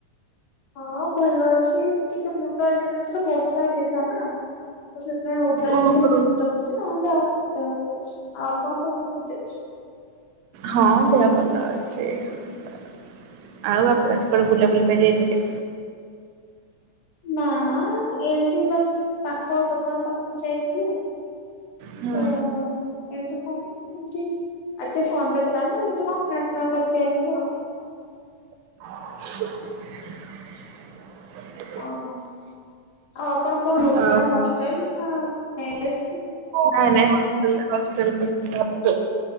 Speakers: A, on the left; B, on the right.
A: ହଁ ଭଲ ଅଛି ଟିକେ ମୁଣ୍ଡ ଆଜି ବିନ୍ଧୁ ଥିଲା ତ ବର୍ଷା ହେଇଯାଇଥିଲା ନା। ତ ସେଥିପାଇଁ ଆଉ ଓଦା ହେଇଯାଚି
B: ଓହୋ।
A: ଆଉ। ମୁଣ୍ଡ ବିନ୍ଧୁଚିନା ଆଉ ଆଉ ଦେହ ଠିକ୍ ଅଛି ଆଉ ଆପଣଙ୍କ ଦେହ କେମିତି ଅଛି?
B: ହଁ ଦେହ ଭଲ ଅଛି ଆଉ ଆପଣ ଆଜି କୁଆଡେ ବୁଲାବୁଲି ପାଇଁ ଯାଇଥିଲେ?
A: ନା ଏଇଠି ବସ୍ ପାଖ ଦୋକାନ୍ ପାଖକୁ ଯାଇଥିଲୁ।
B: ହୁଁ
A: ତ ଏଇତ ପାଇଁ ଏମତି ଆଜି ସଣ୍ଡେ ଥିଲା ନା ଏମିତି କଣ କିଣାକିଣା କରିକି ଆଇିଲୁ ଆଉ।
B: <unintelligible>
A: ଓହୋ ଆଉ ଆପଣ କଣ ରହୁଛନ୍ତି
B: ଅ,
A: ନା ହଷ୍ଟେଲ ନା ମେସ୍ ନା
B: ନାଇଁ ନାଇଁ ହଷ୍ଟେଲ୍ ହଷ୍ଟେଲ୍ ହଷ୍ଟେଲ୍